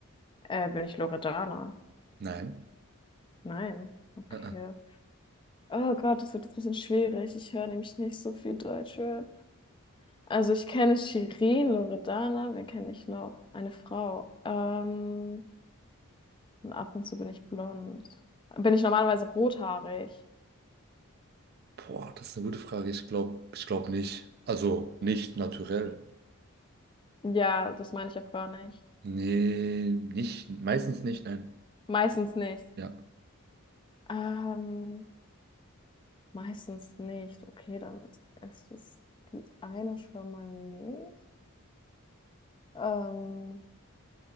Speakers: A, on the left; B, on the right.
A: Äh, bin ich Loredana?
B: Nein.
A: Nein. Okay.
B: Äh, äh.
A: Oh Gott, das wird jetzt ein bisschen schwierig. Ich höre nämlich nicht so viel Deutschrap. Also ich kenne Shirin, Loredana, wen kenne ich noch? Eine Frau. Ähm, und ab und zu bin ich blond. Bin ich normalerweise rothaarig?
B: Boah, das ist eine gute Frage. Ich glaube, ich glaube nicht. Also nicht naturell.
A: Ja, das meine ich auch gar nicht.
B: Nee, nicht, meistens nicht, nein.
A: Meistens nicht.
B: Ja,
A: Ähm, Meistens nicht. Okay, dann ist es die eine schon mal nicht. Ähm,